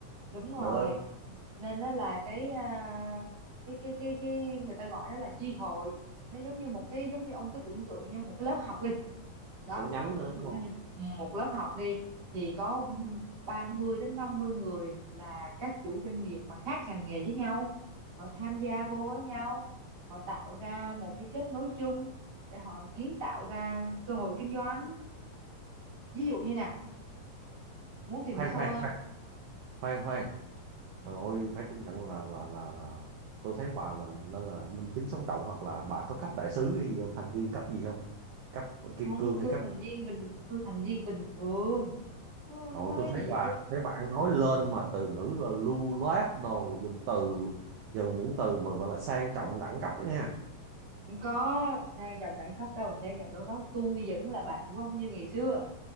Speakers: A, on the right; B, on the right.
A: đúng rồi
B: được
A: nên nó là cái à, cái cái cái cái người ta gọi nó là chi hội nó giống như một cái giống như ông cứ tưởng tượng như một cái lớp học đi đó
B: một nhánh
A: ông tưởng
B: nữa đúng
A: tượng
B: không
A: nó như một lớp học đi thì có 30 đến 50 người là các chủ doanh nghiệp mà khác ngành nghề với nhau họ tham gia vô với nhau họ tạo ra một cái kết nối chung để họ kiến tạo ra cơ hội kinh doanh ví dụ như nè muốn tìm
B: khoan
A: hiểu sâu
B: khoan
A: hơn
B: khoan khoan khoan
A: không
B: Trời ơi phải công nhận là là là là tôi thấy bà là nên là minh chứng sống động hoặc là bà có cấp đại sứ hay gì không thành viên cấp gì không cấp kim
A: không
B: cương hay
A: tôi
B: cấp
A: thành viên bình tôi thành viên bình thường không
B: Rồi
A: có
B: tôi
A: cái
B: thấy
A: gì
B: bà
A: chứ
B: thấy bạn nói lên mà từ ngữ là lưu loát đồ dùng từ dùng những từ mà gọi là sang trọng đẳng cấp đó nha
A: không có sang trọng đẳng cấp đâu sang trọng đẳng cấp tôi vẫn là bạn của ông như ngày xưa